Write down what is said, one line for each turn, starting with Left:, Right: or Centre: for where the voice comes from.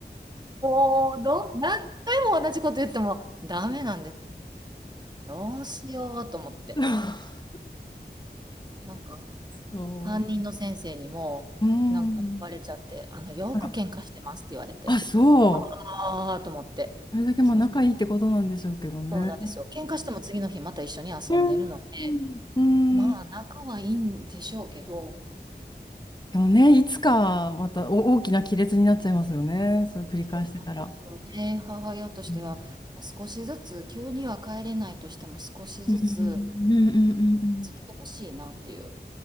Right: もう、ど何回も同じこと言ってもダメなんです。どうしようと思って。
Left: <laughs>
Right: なんか、
Left: そ
Right: 担任の先生にも、
Left: ううん
Right: なんか言われちゃって、あの、よく喧嘩してますって言われて、
Left: あらあ、そう。
Right: ああ、と思って。
Left: それだけまあ仲いいってことなんでしょうけどね。
Right: そうそうなんですよ。喧嘩しても次の日また一緒に遊んでるので、
Left: うんうん。
Right: まあ、
Left: うん
Right: 仲はいいんでしょうけど、
Left: でもね、いつかまたお大きな亀裂になっちゃいますよね。そう繰り返してたら。
Right: そうなんですよね。母親としては、
Left: うん
Right: 少しずつ、急には帰れないとしても、少しずつ
Left: うんうんうん
Right: ついてほしいなっていう。